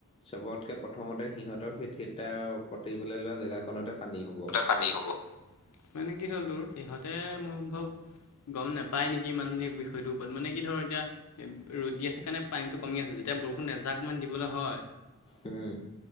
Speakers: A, on the left; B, on the left.
A: চবতকে প্ৰথমতে সিহঁতৰ সেই থিয়েটাৰ পাতিবলে লোৱা জেগাখনতে পানী হ'ব।
B: পানি হ'ব। মানে কি হ'ল তোৰ? সিহঁতে মোৰ সম্ভৱ গম নাপায় নেকি মানুহখিনি বিষয়টোৰ ওপৰত। মানে কি ধৰ এতিয়া ৰ'দ দি আছে কাৰণে পানীটো কমি আছে। যেতিয়া বৰষুণ এযাকমান দিবলে হয়
A: উম।